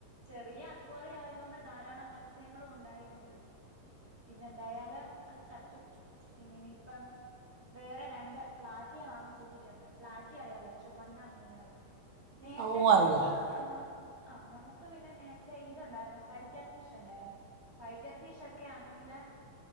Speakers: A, on the right; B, on the right.
A: ചെറിയ അക്വറിയം ആയതൊണ്ട് ധാരാളം മത്സ്യങ്ങളും ഉണ്ടായിരുന്നില്ല പിന്നെ എന്തായാലും അത് ചത്തു പിന്നനിപ്പം വേറെ രണ്ട് പ്ലാറ്റിയെ വാങ്ങിച്ചിട്ടിട്ടുണ്ട് പ്ലാറ്റി അറിയാലോ ചുമന്ന മീനുകള നേരത്തെ
B: ഓ
A: നമ്മക്ക്
B: അറിയാം അറിയാം
A: ആ അ നമ്മക്ക് പിന്നെ നേരത്തെ ഇതുണ്ടായിരുന്നു ഫൈറ്റർ ഫിഷ് ഉണ്ടായിരുന്നു ഫൈറ്റർ ഫിഷ് ഒക്കെ ആണെങ്കില്